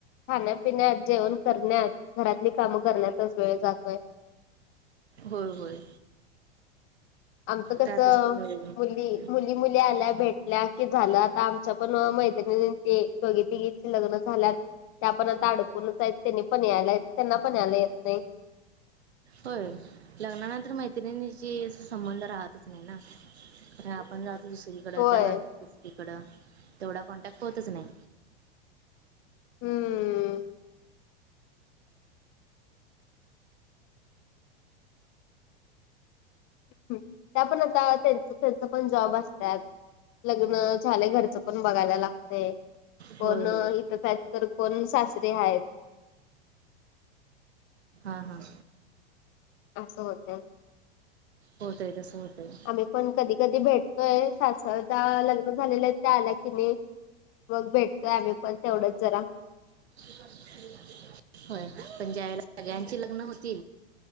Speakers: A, on the left; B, on the right.
A: खाण्यापिण्यात, जेवण करण्यात, घरातली कामं करण्यातच वेळ जातोय.
B: होय होय.
A: आमचं कस.
B: त्यातच पूर्ण वेळ
A: मुली, मुली मु आल्या भेटल्या की झालं. आता आमच्या पण मैत्रिणीची दोघी तिघींची लग्न झाल्यात. ते आपण आता अडकूनच आहेत. त्यांनी पण यायला, त्यांना पण यायला येत नाही.
B: व्हय, लग्नानंतर मैत्रिणीची संबंध राहतच नाही ना. <unintelligible> आपण जातो दुसरीकडं,
A: होय
B: त्या जात्यात तिसरीकडं, तेवढा कॉन्टॅक्ट होतच नाही.
A: हूं हूं हूं. त्या पण आता त्येंच त्येंच पण जॉब असत्यात. लग्न झालय. घरच पण बघायला लागतय. कोण
B: होय होय
A: इथं काय तर कोण सासरे आहेत.
B: आं हां.
A: आमचं होतं.
B: होतय, तसं होतय.
A: आम्ही पण कधी कधी भेटतोय सासरच्या ज्या लग्न झालेल्या आहे त्या आल्या कीनई. मग भेटतोय आम्ही पण, तेवढंच जरा.
B: <unintelligible> व्हय. पण ज्या येळेला सगळ्यांची लग्न होतील